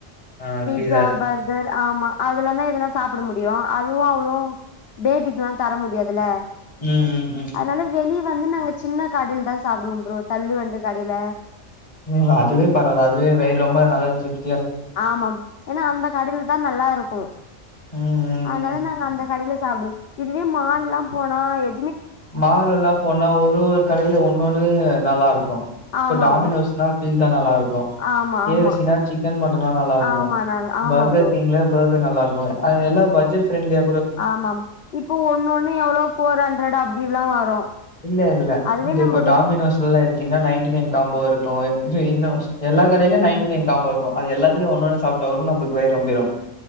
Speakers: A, on the left (about 30°); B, on the left (about 55°).
A: ஆ பீ
B: ட்சா பர்கர் ஆமா அதுலதா எதுனா சா ப்ட முடியு அதுவு அவ்ளோ பேபிக்குலா தர முடியாதுல
A: ம் ம் ம்
B: அத்னால வெளிய வந்து நாங்க சின்ன கடைல்தா சாப்டுவோம் ப்ரோ தள்ளு வண்டு கடைல
A: ம் அதுவே பரவா அதுவே வயிறு ரொம்ப நல்ல த்ருப்
B: ஆமா ப் ஏன்னா அந்த கடைலதா நல்லா இருக்கு
A: ம் ம்
B: அனால
A: ம்
B: நாங்க அந்த கடைல சாப்டு இதுவே மால்லா போனா எ
A: மாலெல்லா போனா ஒரு ஒரு கடைல ஒன்னொன்னு நல்லா இருக்கு இப்ப
B: ஆமா
A: டாமினோஸ்னா
B: ப்ரோ
A: பீட்சா நல்லா இருக்கு
B: ஆமா
A: கே
B: ஆமா
A: எஃப் சி னா சிக்கன் மட் டுந்தா நல்லா இருக்கு
B: ஆமா நல் ஆமா
A: பர்கர்
B: ப்ரோ
A: கிங்க்ல பர்கர் நல்லா இருக்கு அது எல்லா பட்ஜெட் ஃப்ரண்ட்லியா
B: ஆமாம் இப்பொ ஒண்ணு ஒண்ணு எவ்ளோ ஃபோர் ஹண்ரட் அப்டில்லா வரு
A: இல்ல இல்ல
B: அதுவே
A: இந்த
B: நம்ம
A: இப்போ
B: வெ
A: டாமினோஸ்ல்லா எடுத்தீங்னா நயன்ட்டி நைன் காம்போ இருக்கு <unintelligible> எல்லா கடைலையு நைன்டி நைன் காம்போ இருக்கு அது எல்லாத்லயு ஒன்னு ஒன்னு சாப்ட்டாக் நம்ளுக்கு வயிறு நொம்பிரு